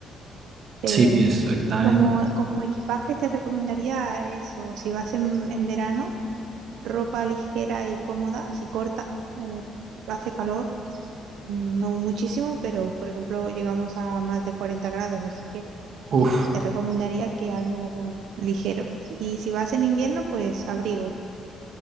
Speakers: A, on the right; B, on the right.
A: <laughs> pero
B: Sí, exactamente.
A: bueno, y como, como equipaje te recomendaría eso, si vas en, en verano, ropa ligera y cómoda, si corta, eh, hace calor, mm, no muchísimo, pero por ejemplo llegamos a más de 40 grados, así que
B: Uf.
A: Te recomendaría que algo ligero. Y si vas en invierno, pues abrigo.